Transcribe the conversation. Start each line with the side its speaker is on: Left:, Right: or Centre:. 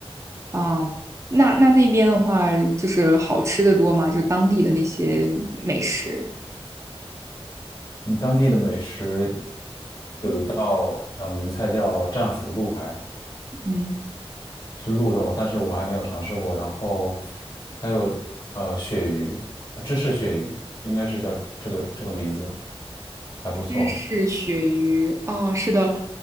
Right: 啊，那那那边的话，就是好吃的多嘛，就当地的那些美食。
Left: 嗯当地的美食叫呃名菜叫战斧鹿排，
Right: 嗯，
Left: 是鹿肉，但是我还没有尝试过。然后还有呃鳕鱼，呃芝士鳕鱼应该是叫这个这个名字，还不错。
Right: 芝士鳕鱼哦，是的，